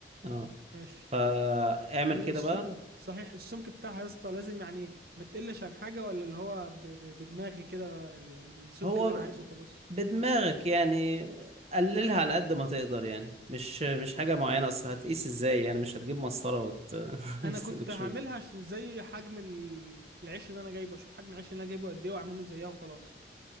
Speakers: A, on the right (about 35°); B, on the right (about 55°).
A: اه
B: ماشي
A: فاعمل
B: إيه
A: كده
B: السم...
A: بقى
B: صحيح السمك بتاعها يا اسطى لازم يعني ما تقلش عن حاجة ولا اللي هو ب... ب... بدماغي كده السمك
A: هو
B: اللي انا عايزه خلاص
A: بدماغك يعني قللها على قد ما تقدر يعني مش مش حاجة معينة أصل هتقيس ازاي يعني مش هتجيب مسطرة وت... <laughs>
B: انا كنت
A: وتشوف
B: هعملها ش- زي حجم ال- العيش اللي انا جايبه اشوف حجم العيش اللي انا جايبه قد ايه واعمله زيها وخلاص